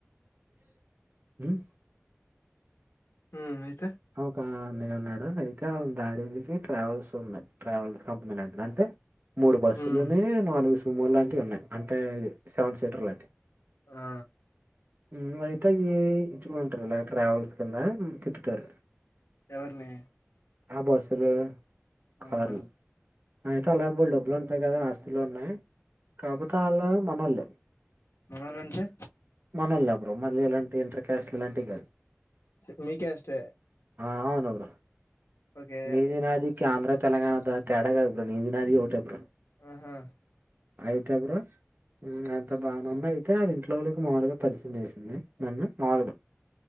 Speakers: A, on the right; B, on the left.
A: మ్
B: హ్మ్. అయితే?
A: ఒక అన్నయ్య ఉన్నాడు ఇంకా వాల డాడి కి ట్రావెల్స్ ఉంది ట్రావెల్స్ కంపెనీ లాంటిది అంటే మూడు బస్సులున్నాయి
B: హ్మ్.
A: నాలుగు <unintelligible> సుమో లాంటివి ఉన్నాయి అంటే సెవెన్ సీటర్లు లాంటి
B: ఆ!
A: మ్మ్ అయితే ఏ <inaudible> ట్రావెల్స్ తుందా తిప్పుతారు
B: ఎవరిని?
A: ఆ బస్సులు కార్లూ
B: ఆహా!
A: నేనైతే అలా బోల్డ్ డబ్బులుంటాయి కదా ఆస్తిలు ఉన్నాయి కాకపోతే వాళ్ళు మనోళ్లే
B: మనోళ్ళంటే?
A: మనోళ్లే బ్రో మళ్ళీ ఇలాంన్ ఇంటర్కాస్ట్ ఇలాంటివి కాదు
B: స్ మీ క్యాస్టే
A: ఆ అవును బ్రో
B: ఓకే.
A: నీది నాది క్యాంధ్ర తెలంగాణ అంత తేడా గాదు బ్రో నీది నాది ఓట్ తప్పురా
B: ఆహా!
A: అయితే బ్రో హ్మ్ <unintelligible> అంత బానే ఉంది అయితే అది ఇంట్లో వాళ్ళకి మాములుగా పరిచయం చేసింది నన్ను మాములుగా